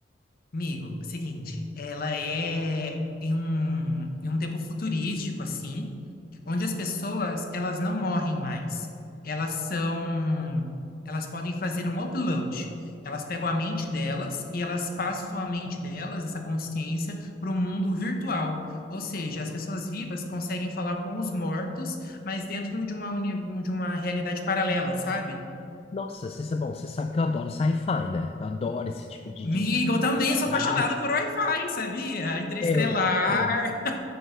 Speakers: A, on the left; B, on the left.
A: Amigo, seguinte, ela é em um, em um tempo futurístico, assim. onde as pessoas, elas não morrem mais. Elas são, elas podem fazer um upload. Elas pegam a mente delas e elas passam a mente delas, essa consciência, para o mundo virtual. Ou seja, as pessoas vivas conseguem falar com os mortos, mas dentro de uma, uni- de uma realidade paralela, sabe?
B: Nossa, você, bom, você sabe que eu adoro sci-fi, né? Eu adoro esse tipo de,
A: Amigo,
B: de...
A: eu também sou apaixonado
B: Ah,
A: por Wi-Fi, sabia? Interestelar.
B: eu, eu-